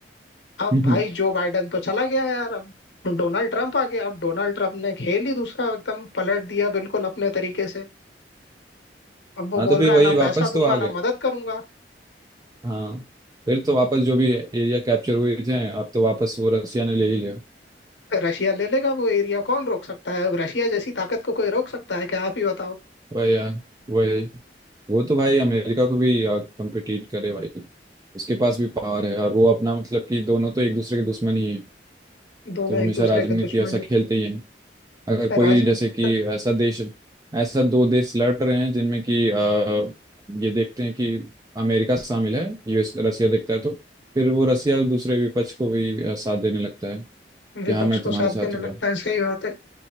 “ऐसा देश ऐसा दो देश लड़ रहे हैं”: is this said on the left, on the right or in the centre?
Right